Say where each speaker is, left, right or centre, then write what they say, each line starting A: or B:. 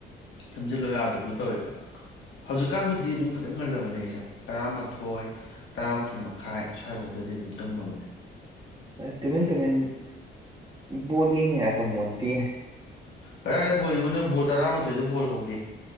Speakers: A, on the left; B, on the right.
A: ꯇꯨꯝꯖꯤꯟꯕ ꯌꯥꯗꯕꯗꯨ ꯇꯧꯋꯦꯕ ꯍꯧꯖꯤꯛꯀꯥꯟꯕꯨꯗꯤ ꯑꯗꯨꯝ ꯈꯤꯇꯪ ꯉꯜꯂꯕꯅꯦ ꯑꯩꯁꯦ ꯇꯔꯥꯃꯥꯊꯣꯏ ꯇꯔꯥꯃꯥꯊꯣꯏ ꯃꯈꯥꯏ ꯁ꯭ꯋꯥꯏꯐꯥꯎꯗꯗꯤ ꯑꯗꯨꯝ ꯇꯨꯝꯃꯕꯅꯦ
B: ꯇꯨꯃꯤꯟ ꯇꯨꯃꯤꯟ ꯕꯣꯜ ꯌꯦꯡꯂꯤꯔ ꯈꯪꯄꯣꯠꯇꯦ
A: ꯀꯗꯥꯏ ꯕꯣꯜꯌꯦꯡꯕꯅꯣ ꯕꯣꯜ ꯇꯔꯥꯃꯥꯊꯣꯏꯗ ꯕꯣꯜ ꯍꯧꯗꯦ